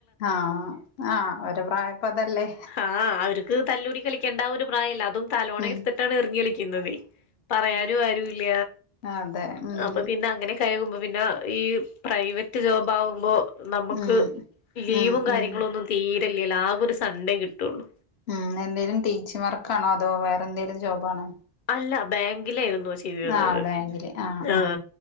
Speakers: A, on the left; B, on the left.
A: ആഹ് ആഹ് ഓരെ പ്രായപ്പ അതല്ലേ
B: ആ അവർക്ക് തല്ലൂടി കളിക്കേണ്ട ആ ഒരു പ്രായമല്ല അതും തലഇണ
A: ഉം
B: എടുത്തിട്ടാണ് എറിഞ്ഞഞ് കളിക്കുന്നത് പറയാനും ആരു ഇല്ല
A: ആ അതെ ഉം
B: അപ്പൊ പിന്നെ അങ്ങനെ കഴറുമ്പോൾ പിന്നെ ഈ പ്രൈവറ്റ് ജോബ് ആകുമ്പോൾ നമുക്ക്
A: ഉം
B: ലീവും
A: ഉം
B: കാര്യങ്ങളും
A: ഉം
B: ഒന്നും തീരല്ലല്ലെ ആകെ ഒരു സൺഡേ കിട്ടുള്ളൂ
A: ഉം എന്തെങ്കലും ടീച്ചി വർക്കാണോ അതോ വേറെന്തേലും ജോബാണോ?
B: അല്ല ബാങ്കിലായിരുന്നു ചെയ്തുരുന്നത്
A: ആഹ് ബാങ്കില് ആഹ്
B: ആ
A: ആഹ്